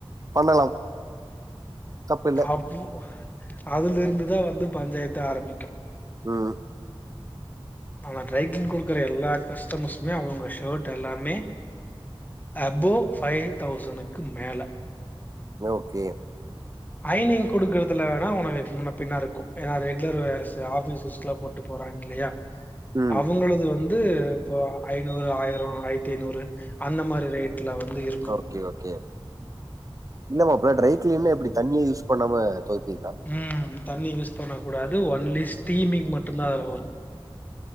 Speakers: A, on the right; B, on the left.
A: பண்ணலா தப்பு இல்லை
B: அப்போ அதுல இருந்துதா வந்து பஞ்சாயத்து ஆரம்பிக்கு
A: ம்
B: நங்க ட்ரை கிளீனிங் குடுக்குற எல்லா கஸ்டமர்ஸுமே அவுங்க ஷர்ட் எல்லாமே அபோ ஃபைவ் தௌசனுக்கு மேல
A: ஓகே
B: அயனிங் குடுக்கறதுல வேணா உனக்கு முன்ன பின்ன இருக்கு ஏன்னா ரெகுலர் வேர்ஸ் ஆபீஸ் யூஸ்கலா போட்டு போறாங்க இல்லையா
A: ம்
B: அவுங்களது வந் து இப்போ ஐநூறு ஆயிரோ ஆயிரத்தி ஐநூறு அந்த மாரி ரேட்ல வந்து இருக்
A: ஓகே ஓகே இல்ல மாப்ள ட்ரை கிளீன்னா எப்படி தண்ணியே யூஸ் பண்ணாம துவைப்பீங்களா
B: ம் தண்ணி யூஸ் பண்ண கூடாது ஒன்லி ஸ்டீமிங் மட்டு தா அதுல வரோ